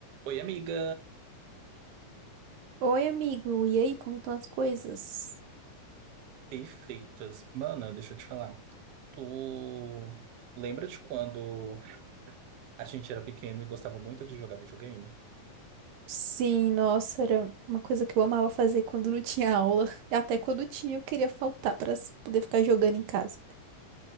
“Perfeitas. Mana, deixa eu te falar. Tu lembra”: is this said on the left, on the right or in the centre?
Right